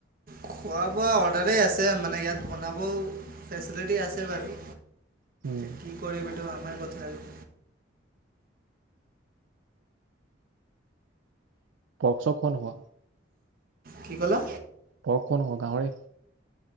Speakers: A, on the right; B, on the right.
A: খোৱা বোৱা অৰ্ডাৰেই আছে মানে ইয়াত বনাবও ফেচিলিটি আছে বাৰু
B: উম
A: এতিয়া কি কৰিম এইটো আমাৰ কথা আৰু
B: পৰ্ক চৰ্ক খোৱা নোখোৱা
A: কি ক'লা
B: পৰ্ক খোৱা নোখোৱা গাহৰি